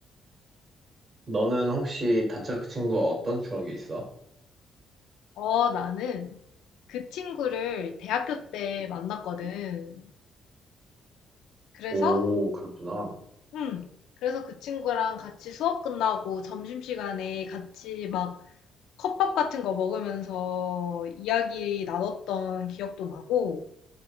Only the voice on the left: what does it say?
어, 나는 그 친구를 대학교 때 만났거든. 그래서,
음, 그래서 그 친구랑 같이 수업 끝나고 점심시간에 같이 막 컵밥 같은 거 먹으면서 이야기 나눴던 기억도 나고,